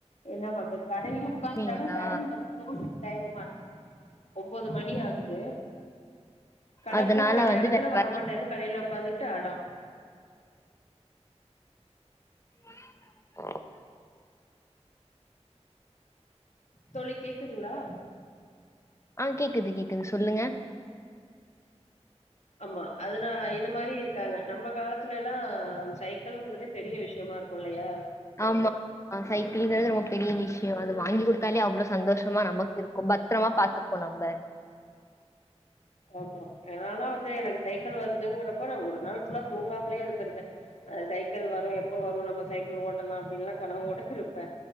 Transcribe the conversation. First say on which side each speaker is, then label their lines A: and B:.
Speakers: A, on the left; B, on the left.
A: என்னா பண்றது கடைல்யு உட்காந்துட்டாங்க
B: அப்படிங்களா
A: டைம் வந்து க்ளோஸிங் டைமுமா ஒன்போது மணி ஆகுது து கட
B: அதனால
A: பூட்டுற நேரத்துல
B: வந்து வேற
A: வரமாட்டேனு
B: வழி
A: கடைல உக்காந்துகுட்டுஅடோ
B: <inaudible>
A: தோழி கேக்குதுங்ளா
B: ஆ கேக்குது கேக்குது சொல்லுங்க
A: ஆமா அதுனா இது மாரி இருக்காங்க நம்ம காலத்துலலா சைக்களுங்கிறதே பெரிய விஷ்யமா இருக்கு இல்லையா
B: ஆமா சைக்கிள்ங்கிறது ரொம்ப பெரிய விஷ்ய அது வாங்கி குடுத்தாலே அவ்ளோ சந்தோஷமா நமக்கு இருக்கு பத்ரமா பாத்துக் போ நம்ப
A: ஆமா என்னாலா வந்து எனக்கு சைக்கிள் வருதுங்கிறப்ப நா ஒரு நாள் ஃபுல்லா தூங்காமலே இருந்திருக்க சைக்கிள் வரு எப்ப வரு நம்ம சைக்கிள் ஓட்டலா அப்டின்ல்லா கனவோட இருப்ப